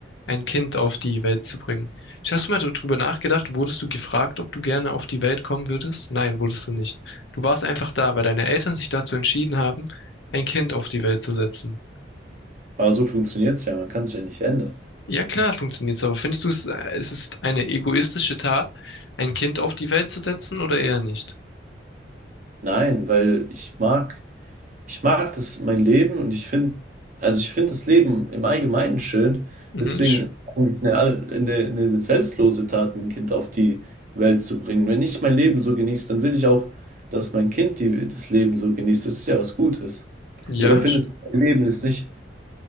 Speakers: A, on the left; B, on the right.
A: ein Kind auf die Welt zu bringen. Ich hast du mal darüber nachgedacht, wurdest du gefragt, ob du gerne auf die Welt kommen würdest? Nein, wurdest du nicht. Du warst einfach da, weil deine Eltern sich dazu entschieden haben, ein Kind auf die Welt zu setzen.
B: aber so funktioniert es ja, man kann es ja nicht ändern.
A: Ja klar, funktioniert's, aber findest du es, es ist eine egoistische Tat, ein Kind auf die Welt zu setzen oder eher nicht?
B: Nein, weil ich mag. Ich mag das, mein Leben und ich finde, also ich finde das Leben im Allgemeinen schön.
A: Mhm,
B: Deswegen
A: sch-
B: ist es eigentlich eine, all- eine, eine selbstlose Tat, ein Kind auf die Welt zu bringen. Wenn ich mein Leben so genieße, dann will ich auch, dass mein Kind die, das Leben so genießt. Das ist ja was Gutes.
A: ja,
B: Oder findest du, mein Leben ist nicht